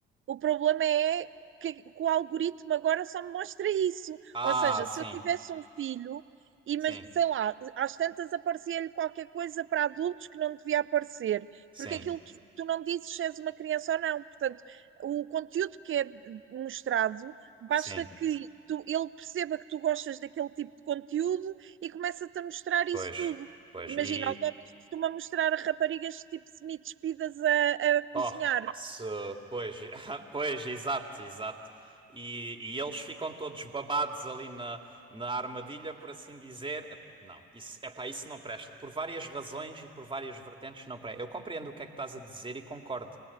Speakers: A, on the right; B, on the right.
A: O problema é que, que o algoritmo agora só me mostra isso.
B: Ah,
A: Ou seja,
B: sim,
A: se eu tivesse um filho, e,
B: sim,
A: mas, sei lá, às tantas aparecia-lhe qualquer coisa para adultos que não devia aparecer,
B: sim,
A: porque aquilo tu, tu não dizes se és uma criança ou não. Portanto, o conteúdo que é mostrado, basta
B: sim,
A: que tu, ele perceba que tu gostas daquele tipo de conteúdo e começa-te a mostrar
B: pois,
A: isso tudo.
B: pois.
A: Imagina,
B: E
A: os homens costumam mostrar a raparigas tipo semi-despidas a, a cozinhar.
B: Oh, se, pois, <laughs> pois, exato, exato. E, e eles ficam todos babados ali na, na armadilha, por assim dizer. Não, isso, epá, isso não presta. Por várias razões e por várias vertentes não presta. Eu compreendo o que é que estás a dizer e concordo.